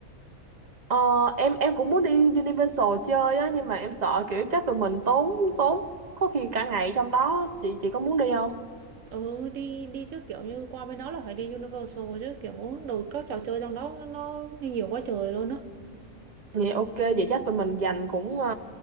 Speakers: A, on the right (about 35°); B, on the right (about 65°).
A: Ờ, em em cũng muốn đi Universal chơi á nhưng mà em sợ kiểu chắc tụi mình tốn tốn có khi cả ngày trong đó chị chị có muốn đi không?
B: Ừ, đi đi chứ kiểu như qua bên đó là phải đi Universal chứ kiểu đồ các trò chơi trong đó nó nhiều quá trời luôn á.
A: Vậy ok, vậy chắc tụi mình dành cũng ờ,